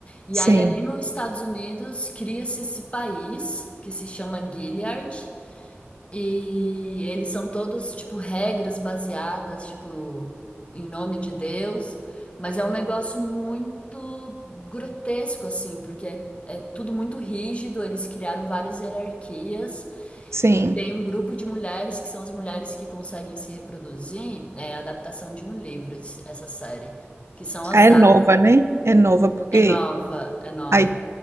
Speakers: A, on the left; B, on the right.
A: E
B: sim,
A: aí, ali nos Estados Unidos, cria-se esse país que se chama Gilead. E eles são todos, tipo, regras baseadas, tipo, em nome de Deus, mas é um negócio muito grotesco, assim, porque é, é tudo muito rígido, eles criaram várias hierarquias,
B: sim.
A: e tem um grupo de mulheres que são as mulheres que conseguem se reproduzir, é a adaptação de um livro, esse- essa série, que são as
B: Ah, É
A: A.
B: nova, né? É nova, porque.
A: É nova, é nova.
B: Aí